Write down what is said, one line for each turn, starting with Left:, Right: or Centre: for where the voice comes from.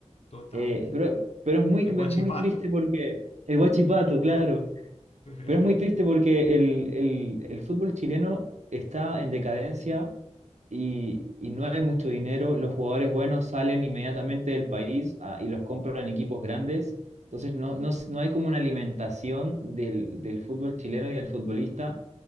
Left: Total.
Right: Eh, pero, pero es muy,
Left: El
Right: pero
Left: Guachipato.
Right: es muy triste porque el Huachipato, claro,
Left: <laughs>
Right: pero es muy triste porque el, el, el fútbol chileno está en decadencia y, y no hay mucho dinero, los jugadores buenos salen inmediatamente del país ah, y los compran en equipos grandes. Entonces no, no, s- no hay como una alimentación del, del fútbol chileno y del futbolista